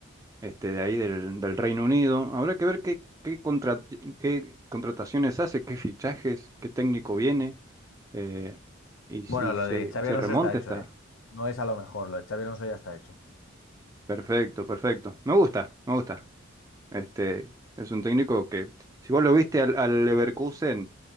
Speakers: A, on the right (about 15°); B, on the left (about 80°).
A: este, de ahí del, del Reino Unido. Habrá que ver qué, qué, contra- qué contrataciones hace, qué fichajes, qué técnico viene eh, y
B: Bueno,
A: si
B: lo
A: se,
B: de Xavi
A: se
B: Alonso
A: remonta
B: está hecho,
A: está.
B: ¿eh? No es a lo mejor, lo de Xavi Alonso ya está hecho.
A: Perfecto, perfecto. Me gusta, me gusta. Este, es un técnico que, si vos lo viste al, al Leverkusen,